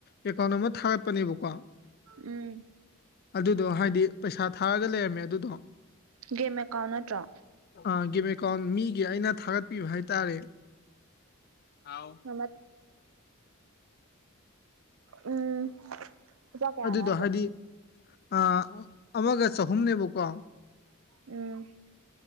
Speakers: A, on the left; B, on the right.
A: ꯑꯦꯀꯥꯎꯟ ꯑꯃ ꯊꯥꯔꯛꯄꯅꯦꯕꯀꯣ
B: ꯎꯝ
A: ꯑꯗꯨꯗꯣ ꯍꯥꯏꯗꯤ ꯄꯩꯁꯥ ꯊꯥꯔꯒ ꯂꯩꯔꯝꯃꯦ ꯑꯗꯨꯗꯣ
B: ꯒꯦꯝ ꯑꯦꯀꯥꯎꯟ ꯅꯠꯇ꯭ꯔꯣ
A: ꯑꯥ ꯒꯦꯝ ꯑꯦꯀꯥꯎꯟ ꯃꯤꯒꯤ ꯑꯩꯅ ꯊꯥꯒꯠꯄꯤꯕ ꯍꯥꯏꯇꯥꯔꯦ ꯑꯥꯎ
B: <unintelligible> ꯎꯝ ꯂꯨꯄꯥ ꯀꯌꯥꯅꯣ
A: ꯑꯗꯨꯗꯣ
B: ꯍꯥꯏꯁꯦ
A: ꯍꯥꯏꯗꯤ ꯑꯥ ꯑꯃꯒ ꯆꯍꯨꯝꯅꯦꯕꯀꯣ
B: ꯎꯝ